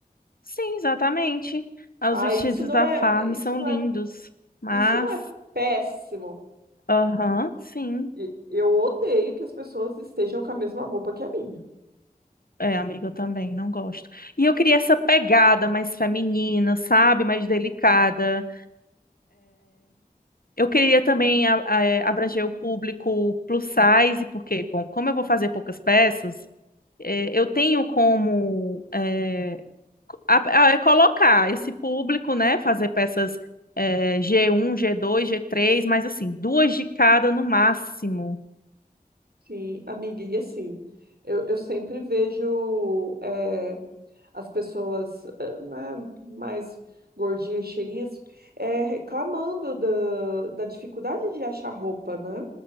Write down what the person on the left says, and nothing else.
Sim, exatamente. Ah,
Os vestidos
da
Farm
são
lindos,
mas.
Aham, sim.
É, amiga, eu também não gosto. E eu queria essa pegada mais feminina, sabe? Mais delicada. Eu queria também a- a- é, abranger o público plus size, porque, bom, como eu vou fazer poucas peças, é, eu tenho como é, co- a- a- é colocar esse público, né? Fazer peças é, g um, g dois, g três, mas assim, duas de cada no máximo.